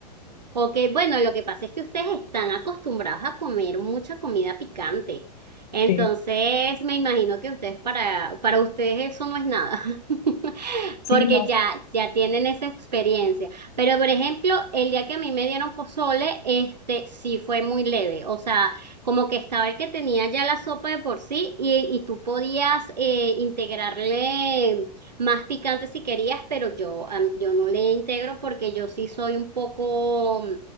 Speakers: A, on the right; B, on the left.
A: Ok, bueno, lo que pasa es que ustedes están acostumbrados a comer mucha comida picante. Entonces,
B: Sí,
A: me imagino que ustedes para, para ustedes eso no es nada, <laughs>
B: sí,
A: porque
B: no,
A: ya, ya tienen esa experiencia. Pero, por ejemplo, el día que a mí me dieron pozole, este sí fue muy leve. O sea, como que estaba el que tenía ya la sopa de por sí y, y tú podías eh, integrarle. más picante si querías, pero yo, am- yo no le integro porque yo sí soy un poco mm,